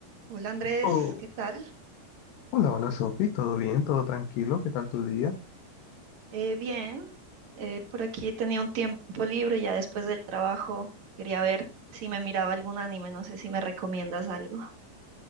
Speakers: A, on the right; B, on the left.
A: Hola Andrés,
B: Oh,
A: ¿qué tal?
B: hola, hola Sofi, ¿todo bien? ¿Todo tranquilo? ¿Qué tal tu día?
A: Eh, bien, eh, por aquí tenía un tiempo libre ya después del trabajo. Quería ver si me miraba algún anime, no sé si me recomiendas algo.